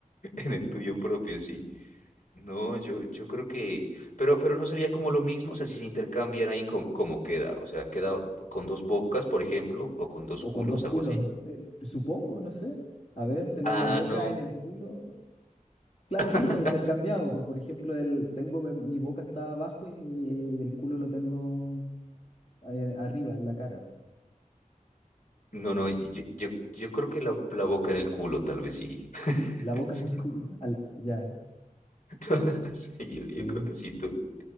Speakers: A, on the left; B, on the left.
A: en el tuyo propio, sí. No, yo, yo creo que, pero, pero no sería como lo mismo, o sea, si se intercambian ahí como, como queda, o sea, queda con dos bocas, por ejemplo, o con dos
B: O
A: culos,
B: con dos
A: algo
B: culos.
A: así.
B: eh, supongo, no sé. A ver, tener
A: Ah,
B: la boca
A: no.
B: en el culo. Claro,
A: <laughs>
B: sí, pues intercambiado. Pues por ejemplo, el, tengo mi, mi boca está abajo y, mi, el culo lo tengo eh, arriba, en la cara.
A: No, no, yo, yo, yo creo que la, la boca en el culo, tal vez sí. <laughs>
B: La boca
A: Sí,
B: <laughs> en el culo. Al- ya,
A: no, <laughs> sí, yo,
B: sí.
A: yo creo que sí, tú,